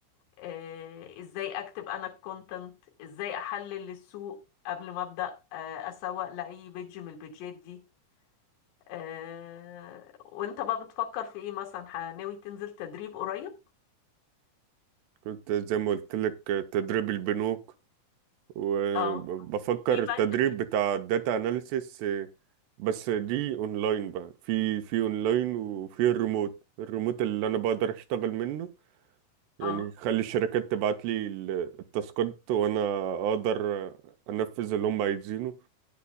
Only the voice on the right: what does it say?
كنت زي ما قلت لك تدريب البنوك وبفكر
التدريب بتاع الداتا اناليسيس بس دي اونلاين بقى في في اونلاين وفي الريموت الريموت اللي انا بقدر اشتغل منه يعني
يخلي الشركات تبعت لي ال- التاسكات وانا اقدر انفذ اللي هم عايزينه